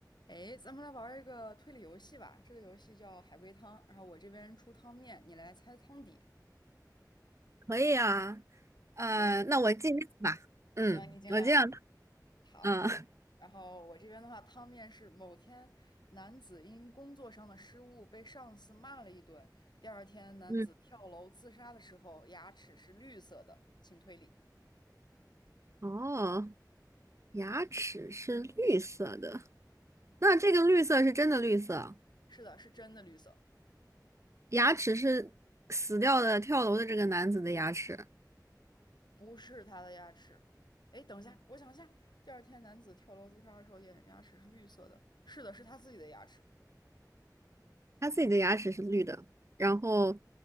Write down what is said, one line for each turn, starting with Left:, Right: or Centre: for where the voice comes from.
Left: 哎，咱们来玩儿一个推理游戏吧。这个游戏叫海龟汤，然后我这边出汤面，你来猜汤底。
Right: 可以啊，呃，
Left: 行
Right: 那我尽量吧。嗯，
Left: 行，你尽量啊。
Right: 我尽量。
Left: 好，
Right: 嗯
Left: 然后我这边的话，汤面是某天男子因工作上的失误被上司骂了一顿，第二天男子跳楼自杀的时候牙齿是绿色的，
Right: <laughs> 嗯，
Left: 请推理。
Right: 哦，牙齿是绿色的，那这个绿色是真的绿色啊。
Left: 是的，是真的绿色，
Right: 牙齿是死掉的跳楼的这个男子的牙齿，
Left: 不是他的牙齿。哎，等一下，我想一下，第二天男子跳楼自杀的时候，眼牙齿是绿色的。是的，是他自己的牙齿。
Right: 他自己的牙齿是绿的。然后